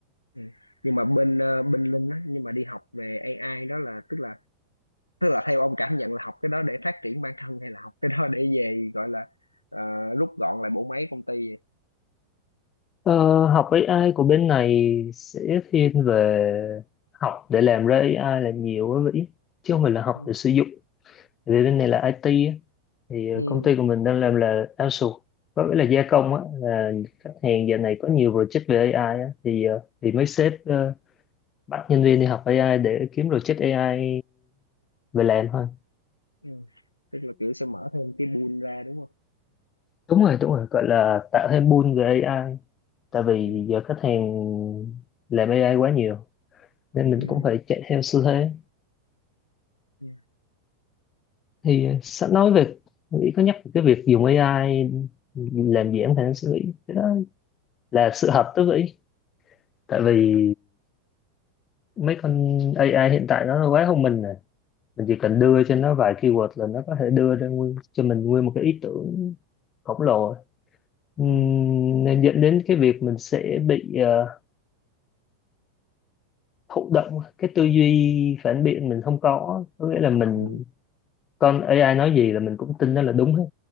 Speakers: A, on the left (about 85°); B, on the left (about 25°).
A: Ừ. nhưng mà bên ờ, bên Linh á nhưng mà đi học về AI đó là tức là tức là theo ông cảm nhận là học cái đó để phát triển bản thân hay là học cái đó để về gọi là ờ, rút gọn lại bộ máy công ty vậy?
B: Ờ, học AI của bên này sẽ thiên về học để làm ra AI là nhiều á Vĩ, chứ không phải là học
A: ừ.
B: để sử dụng. Tại Vì bên này là IT á, thì
A: Ừ.
B: ờ, công ty của mình đang làm là outsource, có nghĩa là gia công á, là khách hàng giờ này có nhiều project về AI á, thì ờ, thì mấy sếp ờ, bắt nhân viên đi học AI để kiếm project AI về làm thôi.
A: Ừ. tức là kiểu sẽ mở thêm cái pool ra đúng không
B: đúng rồi đúng rồi gọi là tạo thêm pull về AI tại vì
A: ừ.
B: giờ khách hàng làm AI quá nhiều nên mình
A: Ừ.
B: cũng phải chạy theo xu thế
A: Ừ.
B: thì sẵn nói về nghĩ có nhắc về cái việc dùng AI làm giảm khả năng suy nghĩ cái đó là sự hợp tới vĩ tại vì mấy con AI hiện tại nó quá thông minh rồi mình chỉ cần đưa cho nó vài keyword là nó có thể đưa ra nguyên, cho mình nguyên một cái ý tưởng khổng lồ Ừm,
A: Ừ.
B: nên dẫn đến cái việc mình sẽ bị ờ, thụ động cái tư duy phản biện mình không có có nghĩa là mình
A: Ừ.
B: con AI nói gì là mình cũng tin nó là đúng hết